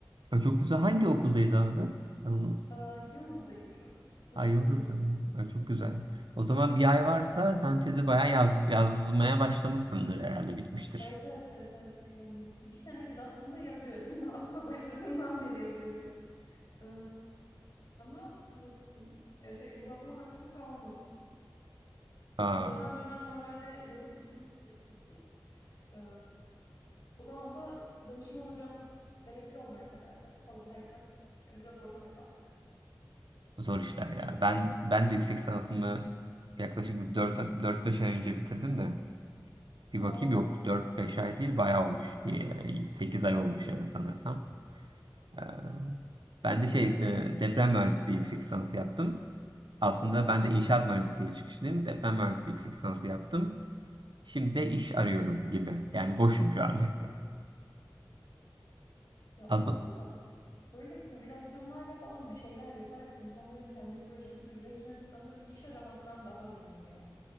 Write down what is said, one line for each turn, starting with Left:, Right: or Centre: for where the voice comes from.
Right: E, çok güzel. Hangi okuldaydı abi? Ben onu
Left: Ee, Yıldız'dayım şu an. Yıldız
Right: Ay Yıldız.
Left: Teknik.
Right: Ay, çok güzel. O zaman bir ay varsa sen tezi bayağı yaz, yazmaya başlamışsındır herhalde bitmiştir.
Left: Evet evet evet evet yani iki senedir aslında yazıyorum. <laughs> Aslında başladığımdan beri yazıyorum. Ee, ama nasıl diyeyim? Ya şey uzatma hakkım kalmadı.
Right: Aa,
Left: Geçen dönem normalde yazıp bitirmek gerekiyordu. Ee, o zaman da danışman hocam emekli olmaya karar verdi falan derken yani biraz ortada kaldık.
Right: zor işler ya. Ben ben de yüksek sanatımı yaklaşık dört dört beş ay önce bitirdim de. Bir
Left: Oo,
Right: bakayım yok dört beş ay değil bayağı olmuş. Bir e, sekiz ay olmuş evet sanırsam. Ee, Ben de şey e, deprem mühendisliği yüksek lisansı yaptım. Aslında
Left: oo.
Right: ben de inşaat mühendisliği çıkışlıyım. Deprem mühendisliği yüksek lisansı yaptım. Şimdi de iş arıyorum gibi. Yani boşum şu anda. <laughs>
Left: Ya
Right: Aslında
Left: aslında böyle simülasyonlarla falan bir şeyler yaparak insanların kendi projesini üretmesi sanırım iş aramaktan daha verimli ya.